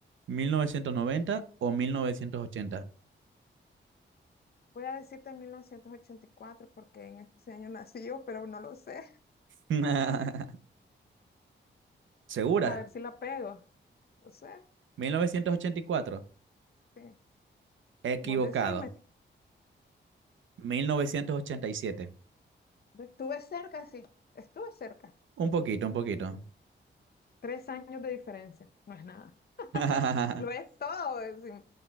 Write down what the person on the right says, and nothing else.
mil novecientos noventa o mil novecientos ochenta.
<laughs> ¿Segura?
1984.
Equivocado.
1987.
Un poquito, un poquito.
<laughs>